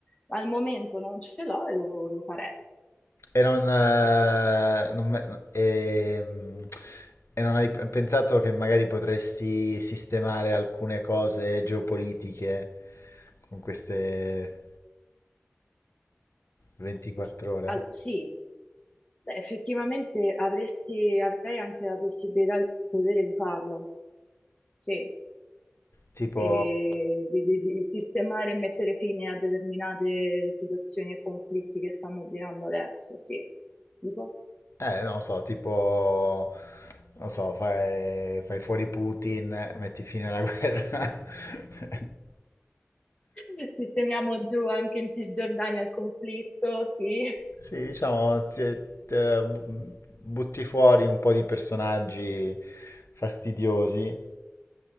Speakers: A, on the left; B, on the left.
A: al momento non ce l'ho e lo, lo farei.
B: E non, eh,
A: Sì, Eh,
B: non me- ehm, e non hai p- pensato che magari potresti sistemare alcune cose geopolitiche con queste 24
A: s-
B: ore?
A: al- sì. Beh, effettivamente avresti, avrei anche la possibilità e il potere di farlo. Sì.
B: Tipo,
A: e di, di- di sistemare e mettere fine a determinate situazioni e conflitti che stanno girando adesso, sì. Tipo,
B: eh, non lo so, tipo, non lo so, fai, fai fuori Putin, metti fine alla guerra. <laughs>
A: <laughs> sistemiamo giù anche in Cisgiordania il conflitto, sì.
B: Sì, diciamo, ti- te- butti fuori un po' di personaggi fastidiosi,